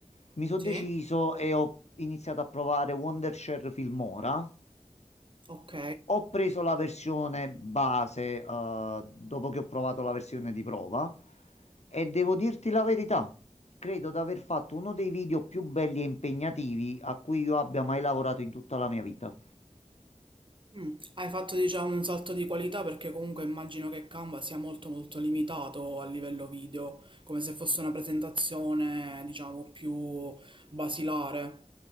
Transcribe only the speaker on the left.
mi sono
deciso e ho iniziato a provare Wondershare Filmora.
Ho preso la versione base, eh, dopo che ho provato la versione di prova e devo dirti la verità, credo di aver fatto uno dei video più belli e impegnativi a cui io abbia mai lavorato in tutta la mia vita.